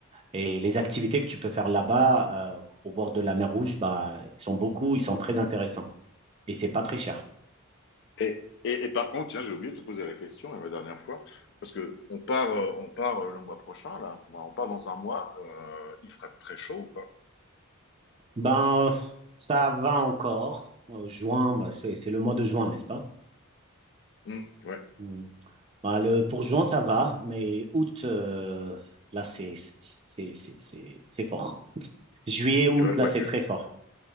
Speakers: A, on the right; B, on the left.
A: Et les activités que tu peux faire là-bas, euh, au bord de la mer Rouge, bah, ils sont beaucoup, ils sont très intéressants. Et c'est pas très cher.
B: Et, et, et par contre, tiens, j'ai oublié de te poser la question la dernière fois, parce que on part, euh, on part euh, le mois prochain, là, Enfin, on part dans un mois, euh, il fera très chaud ou pas?
A: Ben, euh, ça va encore. Euh, juin, bah, c'est c'est le mois de juin, n'est-ce pas?
B: Mhm. ouais,
A: Mm. Bah, le, pour juin, ça va, mais août, euh, là, c'est c'est- c'est- c'est- c'est fort. Juillet, août,
B: tu, re-
A: là,
B: ouais,
A: c'est
B: tu,
A: très fort.